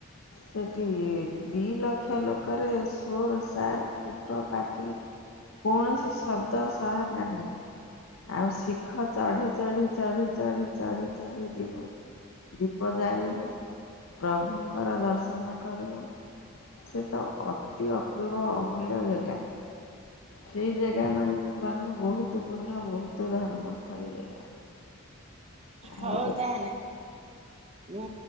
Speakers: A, on the left; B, on the right.
A: ସେଠି ଦି ଲକ୍ଷ ଲୋକରେ ସୋର ସାର୍ ତିବ୍ର। ପାଟି କୌଣସି ଶବ୍ଦ ସାଉଣ୍ଡ। ନାହିଁ ଆଉ ଶିଖର ଚଢି ଚଢ଼ି ଚଢି ଚଢ଼ି ଚଢି ଚଢ଼ି ଯିବ। ଦୀପ ଜାଳିବ ପ୍ରଭୁଙ୍କର ଦର୍ଶନ କରିବ। ସେ ତ ଅତି ଅପୂର୍ବ ଅମୂଲ୍ୟ ଜାଗା। ସେଇ ଜାଗା ମାନଙ୍କୁ ଗଲେେ ବହୁତ ପୁଣ୍ୟ ବହୁତ ଧର୍ମସ୍ଥଳୀ ଜାଗା।
B: ହଉ
A: ଆଉ
B: ତାହେଲେ ମୁଁ